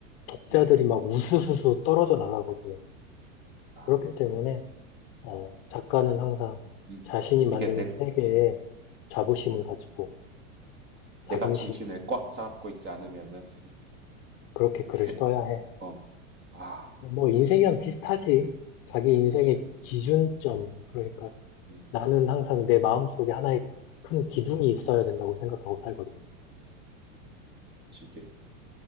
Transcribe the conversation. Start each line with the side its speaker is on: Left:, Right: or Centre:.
Left: 독자들이
Right: 음.
Left: 막 우수수수 떨어져 나가거든.
Right: 아.
Left: 그렇기 때문에 어, 작가는 항상
Right: 음.
Left: 자신이 만드는
Right: 이게 내가
Left: 세계에
Right: 음.
Left: 자부심을
Right: 음.
Left: 가지고 자긍심을
Right: 내가 정신을
Left: 가지고
Right: 꽉 잡고 있지 않으면은 <laughs>
Left: 그렇게 글을
Right: 이게
Left: 써야 해.
Right: 어. 아,
Left: 뭐 인생이랑
Right: 힘들다.
Left: 비슷하지. 자기 인생의
Right: 그렇지.
Left: 기준점. 그러니까
Right: 음.
Left: 나는 항상 내 마음속에 하나의 큰 기둥이 있어야 된다고 생각하고 살거든.
Right: 그렇지. 이게